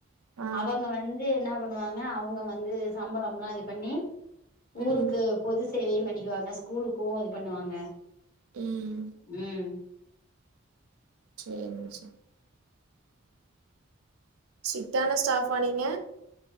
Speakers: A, on the right (about 80°); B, on the left (about 40°).
A: ஆ
B: அவங்க வந்து என்னா பண்ணுவாங்க அவங்க வந்து சம்பளம்லா இது பண்ணி ஊருக்கு
A: ம்
B: பொது சேவையு பண்ணிக்குவாங்க ஸ்கூலுக்கு இது பண்ணுவாங்க
A: ம்
B: ம்
A: சேரிங்க செரி ஸ்ட்ரிட்டான ஸ்டாஃபா நீங்க